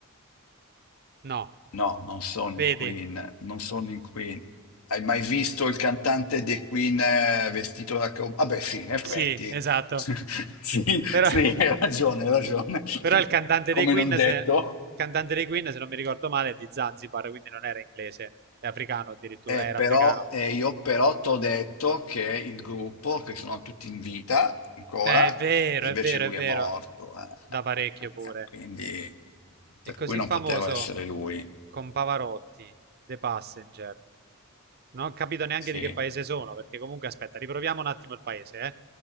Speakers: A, on the right; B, on the left.
A: No.
B: No, non sono
A: Vedi?
B: i Queen, non sono i Queen. Hai mai visto il cantante dei Queen eh, vestito da cowboy? Vabbè, sì, in effetti.
A: Sì, esatto.
B: <laughs> Sì,
A: Però,
B: sì, hai ragione, hai ragione. <laughs>
A: Però il cantante
B: Come
A: dei Queen,
B: non detto.
A: se, il cantante dei Queen, se non mi ricordo male, è di Zanzibar, quindi non era inglese, è africano addirittura,
B: Eh,
A: era
B: però,
A: africano.
B: eh, io però t'ho detto che il gruppo, che sono tutti in vita ancora,
A: Eh, È vero,
B: e invece
A: è vero,
B: lui
A: è vero.
B: è morto. eh,
A: Da
B: eh,
A: parecchio
B: eh,
A: pure.
B: eh, Quindi,
A: È
B: per
A: così
B: cui non
A: famoso
B: poteva essere lui.
A: con Pavarotti, The Passenger. Non ho capito neanche
B: Sì.
A: di che paese sono, perché comunque aspetta, riproviamo un attimo il paese, eh.